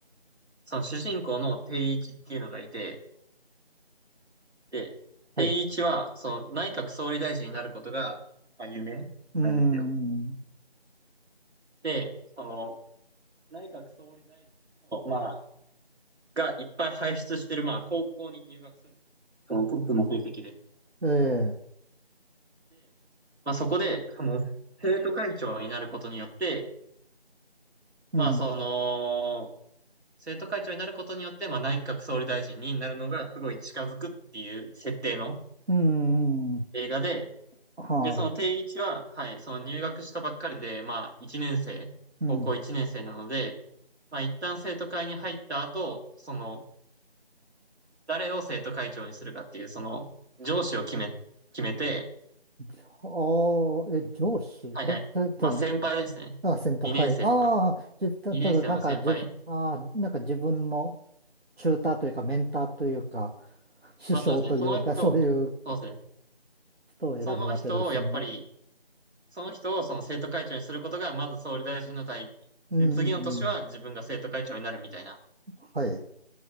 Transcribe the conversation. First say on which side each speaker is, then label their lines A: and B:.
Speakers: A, on the right; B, on the right.
A: その主人公の定位置っていうのがいて、で、
B: はい。
A: 定位置は、その、内閣総理大臣になることが、まあ、夢なんですよ。
B: うーん。
A: で、その、内閣総理大臣の、まあ、がいっぱい輩出してる、まあ、高校に入学するんです。そのトップの成績で。
B: ええ、
A: まあ、そこで、その、生徒会長になることによって、
B: うん。
A: まあ、その、生徒会長になることによって、まあ、内閣総理大臣になるのがすごい近づくっていう設定の
B: うーん。
A: 映画で、
B: はい。
A: で、その定位置は、はい、その入学したばっかりで、まあ、1年生、
B: うん。
A: 高校1年生なので、まあ、一旦生徒会に入った後、その、誰を生徒会長にするかっていう、その、上司を決め、決めて、
B: ああ、え、上司え、
A: はいはい。
B: たた
A: まあ、先輩ですね。
B: あ、先輩、
A: 2年生とか。
B: はい。ああ、じ、た多分なんか自分、
A: 2年生の先輩。
B: ああ、なんか自分のチューターというか、メンターというか、師匠というか、
A: まあ、そうですね。その人、
B: そういう
A: そうですね。
B: 人を選ぶわけですね。
A: その人を、やっぱり、その人をその生徒会長にすることが、まず総理大臣の代。
B: うん、
A: で、次の年は自分が生徒会長になるみたいな。
B: うん、はい。